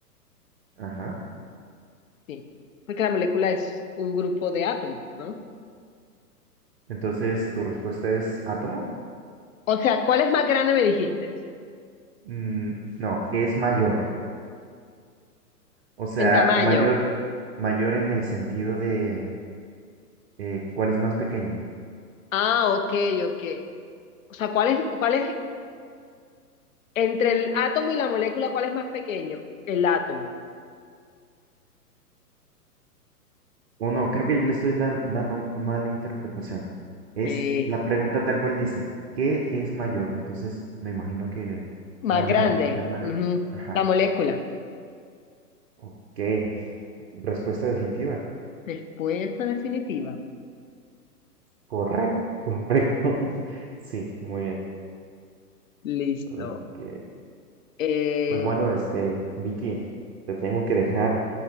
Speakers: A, on the right (about 40°); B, on the left (about 55°).
A: Ajá.
B: sí, porque la molécula es un grupo de átomos, ¿no?
A: Entonces, ¿tu respuesta es átomo?
B: O sea, ¿cuál es más grande me dijiste?
A: Mm, no, ¿qué es mayor? O sea,
B: En tamaño.
A: mayor, mayor en el sentido de eh, ¿cuál es más pequeño?
B: Ah, ok, ok. O sea, ¿cuál es, cuál es, entre el átomo y la molécula, cuál es más pequeño? El átomo.
A: O no, creo que yo le estoy dan- dando mala interpretación. Es
B: Sí.
A: la pregunta tal cual dice, ¿qué es mayor? Entonces me imagino que
B: Más
A: más
B: grande.
A: grande, ¿cuál es más
B: Ujú.
A: grande? Ajá,
B: La molécula.
A: ok, respuesta definitiva.
B: Respuesta definitiva.
A: Correcto, correcto. <laughs> Sí, muy bien.
B: Listo.
A: Ok,
B: Eh,
A: Pues bueno, este, Vicky, te tengo que dejar,